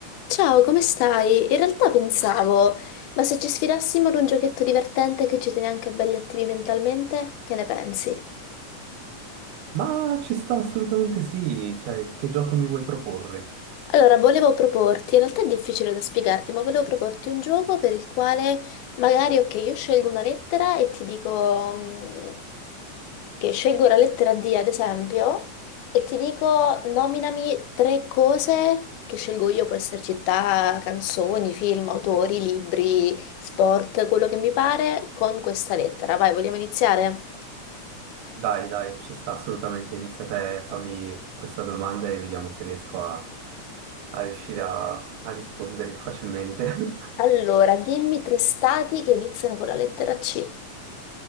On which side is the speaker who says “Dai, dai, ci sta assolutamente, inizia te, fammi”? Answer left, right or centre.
Right